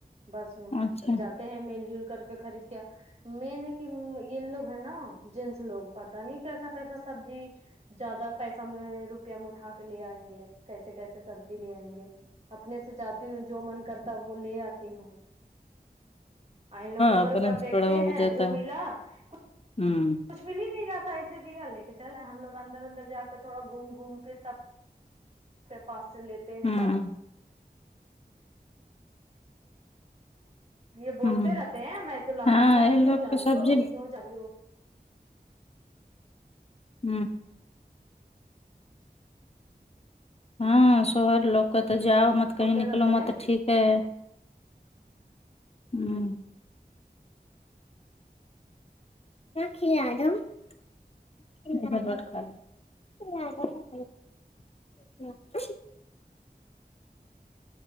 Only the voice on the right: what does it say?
بس میں
جاتے ہیں مل جل کر کے خرید کے مین ہے کہ یہ لوگ ہے نا جینس لوگ پتا نہیں کیسا کیسا سبزی زیادہ پیسہ میں روپیہ میں اٹا کے لے آئیں گے کیسے کیسے سبزی لے آئیں گے اپنے سے جاتی ہوں جو من کرتا وہ لے آتی ہوں ہاں ان لوگ اوپر
اوپر دیکھتے
ہیں
جو
ملا کچھ
کچھ مل ہی نہیں رہا تھا ایسے دیا لے کے چل ہم لوگ اندر اندر جا کر تھوڑا گھوم گھوم کے سب کے پاس سے لیتے ہیں
یہ بولتے
رہتے ہیں میں تو لا
دوں گا
کیوں
جا
رہی
ہو کیوں جب
بولتے
رہتے
ہیں